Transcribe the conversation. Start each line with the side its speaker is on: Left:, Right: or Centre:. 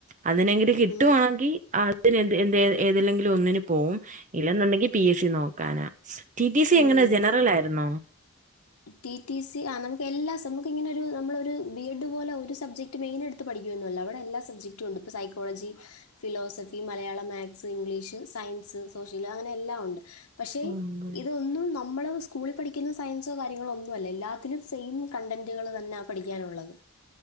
Right: അതിനെങ്കിൽ കിട്ടുവാങ്കി
Left: മ്മ്.
Right: <unintelligible> എ ഏതില്ലെങ്കിലും ഒന്നിന് പോവും ഇല്ലന്നുണ്ടെങ്കി പി എ സ്സി നോക്കാന ടി ടി സി
Left: മ്മ്.
Right: എങ്ങന ജനറലായിരുന്നോ
Left: ടി ടി സി ആ നമുക്ക് എല്ലാ നമുക്ക്ങ്ങനൊരു നമ്മളൊരു ബി എഡ് പോലെ ഒരു സബ്ജക്ട് റ്റ് മെയിനെട്ത്ത് പഠിക്കൊന്നല്ല അവടെ എല്ലാ സബ്ജക്റ്റും ണ്ട് പ്പോ psychology philosophy, Malayalam, maths, English, science, social അങ്ങനെ എല്ലാം ഉണ്ട് പക്ഷെ
Right: ആന്ന്
Left: ഇതൊന്നും നമ്മൾ സ്കൂളി പഠിക്കുന്ന സയ ൻസോ കാര്യങ്ങളൊന്നു അല്ല എല്ലാത്തിലും സെയിം കണ്ടന്റുകള് തന്ന പഠിക്കാനുള്ളത്